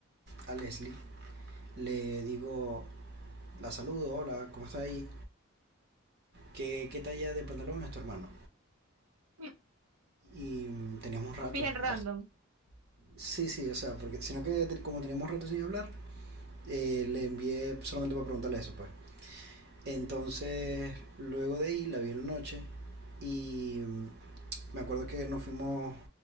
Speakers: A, on the right; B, on the right.
A: a Leslie, le digo, la saludo, hola, ¿cómo está ahí? ¿Qué, qué talla de pantalón es tu hermano?
B: <laughs>
A: Y mm, teníamos rato,
B: Bien random.
A: bast- Sí, sí, o sea, porque sino que como teníamos rato sin hablar, eh, le envié solamente para preguntarle eso, pues. Entonces, luego de ahí la vi en la noche y mm, me acuerdo que nos fuimos